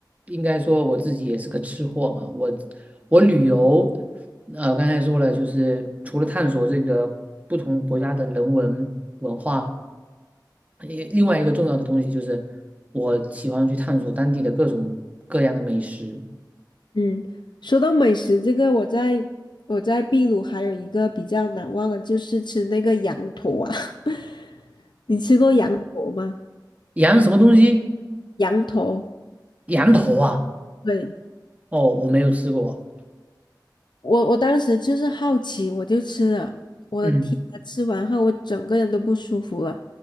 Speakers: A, on the right; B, on the left.
A: 应该说我自己也是个吃货嘛，我我旅游，呃，刚才说了，就是除了探索这个不同国家的人文文化，也另外一个重要的东西就是我喜欢去探索当地的各种各样的美食。
B: 嗯，说到美食，这个我在我在秘鲁还有一个比较难忘的，就是吃那个羊驼啊。<laughs> 你吃过羊驼吗？
A: 羊什么东西？
B: 羊驼，
A: 羊头啊？
B: 对，
A: 哦，我没有吃过。
B: 我我当时就是好奇，我就吃了。我的天啊，
A: 嗯，
B: 吃完后我整个人都不舒服了，